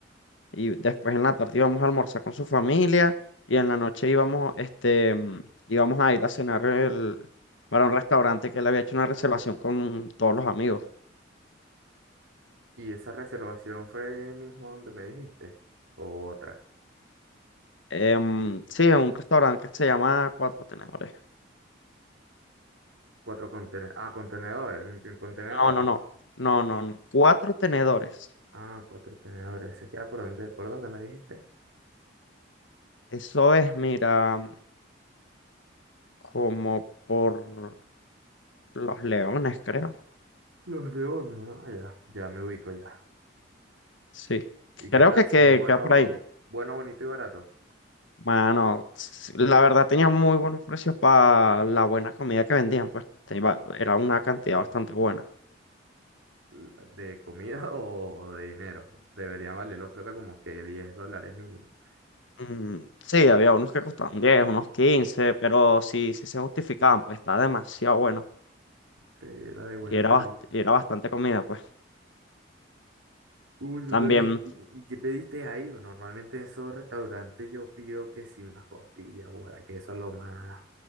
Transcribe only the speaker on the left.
Y después en la tarde íbamos a almorzar con su familia y en la noche íbamos, este, mm, íbamos a ir a cenar el- para un restaurante que él había hecho una reservación con todos los amigos.
Em, sí, es un restaurante que se llama Cuatro Tenedores.
No, no, no, no, no, no. Cuatro Tenedores.
Eso es, mira, como por Los Leones, creo.
Sí,
creo
que, que
queda por ahí.
Mano, s- la verdad tenía muy buenos precios para la buena comida que vendían, pues te iba- era una cantidad bastante buena.
Mm, sí, había unos que costaban 10 unos 15 pero sí, sí se justificaban, pues estaba demasiado bueno
y era,
bast- y era bastante comida, pues
también,